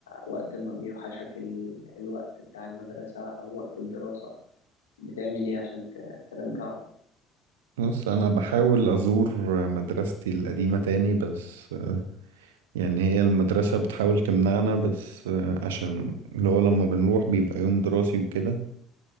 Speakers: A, on the left; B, on the right.
A: وقت ما بيوحشك ال... الوقت بتاع المدرسة او وقت الدراسة بتعمل ايه عشان ت... ترجعه
B: بص أنا بحاول أزور مدرستي القديمة تاني بس آه، يعني هي المدرسة بتحاول تمنعنا بس آه، عشان اللي هو لما بنروح بيبقى يوم دراسي وكده